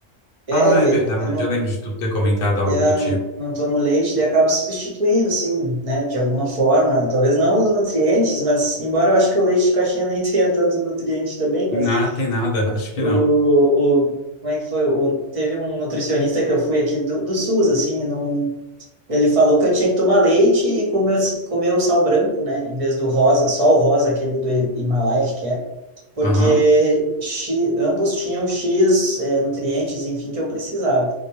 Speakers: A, on the right (about 35°); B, on the left (about 55°).
A: É,
B: Ah,
A: e
B: é verdade.
A: eu não,
B: Eu lembro de tu ter comentado algo
A: é,
B: do
A: eu
B: tipo.
A: não, não tomo leite, daí eu acabo substituindo, assim, né? De alguma forma. Talvez não os nutrientes, mas embora eu acho que o leite de caixinha nem <laughs> tenha tanto nutriente também, mas
B: Não, tem nada. Acho que
A: o,
B: não.
A: o, como é que foi? O, teve um nutricionista que eu fui aqui do, do SUS, assim, não. Ele falou que eu tinha que tomar leite e comer, comer o sal branco, né? Em vez do rosa, só o rosa, aquele do Himalaia, acho que é. Porque
B: Aham.
A: X, ambos tinham X eh, nutrientes, enfim, que eu precisava.